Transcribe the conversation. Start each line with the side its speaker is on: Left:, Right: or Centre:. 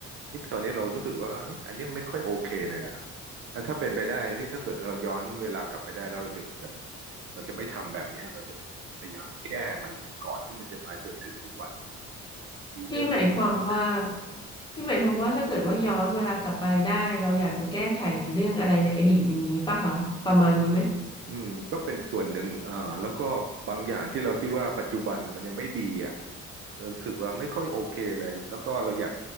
Right: เฮ้ยตอนนี้เรารู้สึกว่าเฮ้ยอันเนี้ยไม่ค่อยโอเคเลยอะแล้วถ้าเป็นไปได้เฮ้ยถ้าเกิดเราย้อนเวลากลับไปได้แล้วเราจะแบบเราจะไม่ทำแบบเนี้ยเราจะพยายามแก้มันก่อนที่มันจะมาจนถึงทุกวันเนี้ยมีมีเรื่องพวกนี้บ้างไหม
Left: พี่หมายความว่าพี่หมายความว่าถ้าเกิดว่าย้อนเวลากลับไปได้เราอยากจะแก้ไขเรื่องอะไรในอดีตอย่างนี้ป่ะคะประมาณนี้ไหม
Right: อืมก็เป็นส่วนหนึ่งอ่าแล้วก็บางอย่างที่เราคิดว่าปัจจุบันเนี่ยมันยังไม่ดีอ่ะรู้สึกว่าไม่ค่อยโอเคเลยแล้วก็เราอยาก